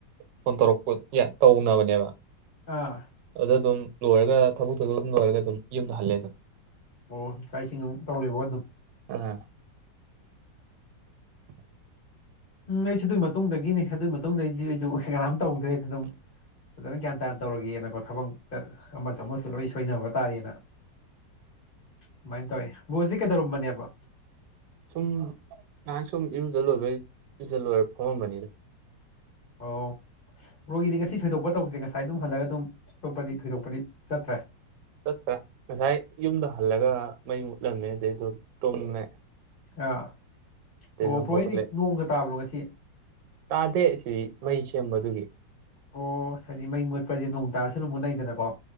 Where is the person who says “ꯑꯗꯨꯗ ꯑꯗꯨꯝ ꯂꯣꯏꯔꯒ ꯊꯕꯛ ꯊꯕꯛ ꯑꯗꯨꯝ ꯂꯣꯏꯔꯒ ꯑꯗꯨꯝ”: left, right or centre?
Right